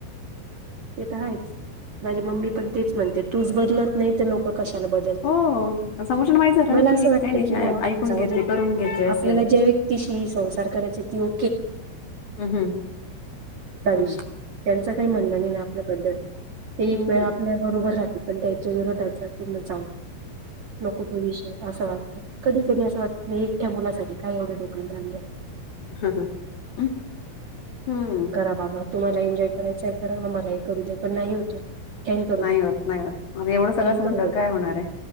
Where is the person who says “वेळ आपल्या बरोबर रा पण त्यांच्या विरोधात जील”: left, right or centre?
Right